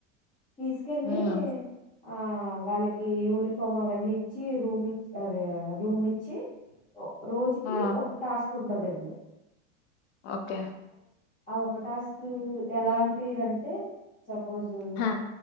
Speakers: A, on the left; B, on the left.
A: తీసుకెళ్ళీ
B: ఉమ్
A: ఆ వాళ్ళకి యూనిఫామ్ అవన్నీ ఇచ్చి రూమ్ ఇ అదే రూమిచ్చి. ఒ రోజుకి
B: ఆ
A: ఒక టాస్క్ కుంటదండి.
B: ఓకే
A: ఆ ఒక టాస్క్ ఎలాంటి దంటే సపోజు
B: హా